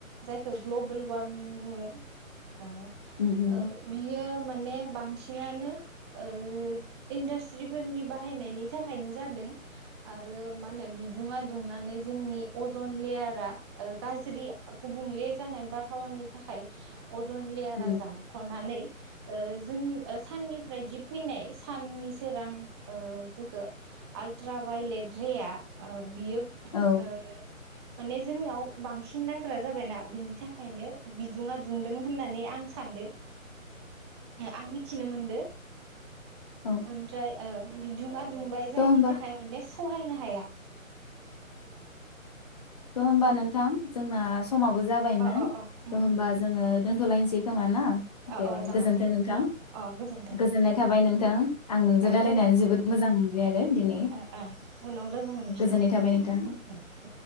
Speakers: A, on the right (about 20°); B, on the left (about 30°).
A: जायखौ ग्लबेलवार्मिं बुङो। ओ ओ
B: उम उम
A: बियो मा ने बांसिनानो ओ इन्डास्ट्रिफोरनि बाहायनायनि थाखायनो जादों आरो मा होनो बिदुंया दुंनानै जोंनि अजन लेयारा गाज्रि गुबुंले जानाय बारहावानि थाखाय अजन लेयारा
B: उम
A: जाम खनानै ओ जों साननिफ्रायदि फैनाय साननि सोरां ओ जोखो आलर्ट्राभायलेटरेया ओ बियो
B: औ
A: ओ माने जोंनाव बांसिन नांग्रा जाबायना बिनि थाखायनो बिदुुंया दुंदो होननानै आं सानदो। आं मिथिनो मोनदो।
B: औ
A: ओमफ्राय ओ बिदुुंया दुंबाय जायनि
B: थ' होमबा
A: थाखाय माने सहायनो हाया।
B: दे होमबा नोंथां जोंना समाबो जाबायमोन
A: अ अ अ उम
B: त होमबा
A: उम
B: जोङो दोनथ'लायनो <unintelligible> सै खोमा ना
A: अ
B: दे
A: अ जागोन
B: गोजोनथों
A: दे
B: नोंथां
A: उनाव अ गोजोन्थों
B: गोजोननाय थाबाय नोंथां आं नोंजों
A: ओ
B: रायलायनानै
A: उन
B: जोबोद मोजां मोनबाय आरो दिनै
A: ओ ओ उनाव लोगो मोनफिनगोन
B: गोजोननाय थाबाय नोंथां
A: उम उम